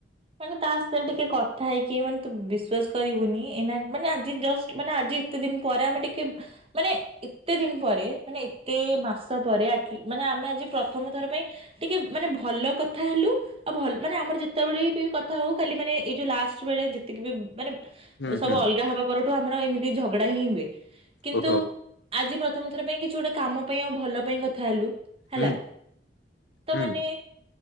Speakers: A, on the right (about 35°); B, on the left (about 80°).
A: ମାନେ ତା ସାରେ ଟିକେ କଥା ହେଇକି ମାନେ ତୁ ବିଶ୍ଵାସ କରିବୁନି ଏନା ମାନେ ଆଜି ଜଷ୍ଟ ମାନେ ଆଜି କେତେ ଦିନ ପରେ ଆମେ ଟିକେ ମାନେ ଏତେ ଦିନ ପରେ ମାନେ ଏତେ ମାସ ପରେ ମାନେ ଆମେ ଆଜି ପ୍ରଥମ ଥର ପାଇଁ ଟିକେ ମାନେ ଭଲ କଥା ହେଲୁ ଆଉ ଭଲ ମାନେ ଆମର ଯେତେବେଳେ କଥା ହଉ ଖାଲି ମାନେ ଏଇ ଯୋଉ ଲାଷ୍ଟ ବେଳେ ଯେତିକି ବି ମାନେ
B: ହୁଁ
A: ସବୁ
B: ହୁଁ
A: ଅଲଗା ହବା ପରେ। ଆମର ଏମିତି ଝଗଡା ହିଁ ହୁଏ। କିନ୍ତୁ,
B: ଓହୋ
A: ଆଜି ପ୍ରଥମ ଥର ପାଇଁ କିଛି ଗୋଟେ କାମ ପାଇଁ ଆଉ ଭଲ ପାଇଁ କଥା ହେଲୁ ହେଲା
B: ହୁଁ
A: ତ
B: ହୁଁ
A: ମାନେ